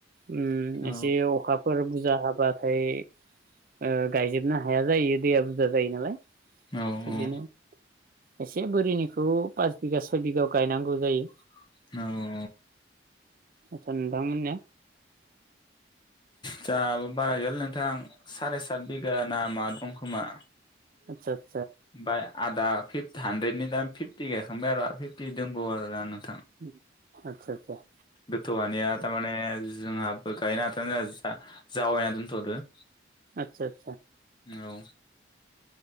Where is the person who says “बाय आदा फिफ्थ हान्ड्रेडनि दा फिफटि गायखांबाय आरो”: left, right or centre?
Left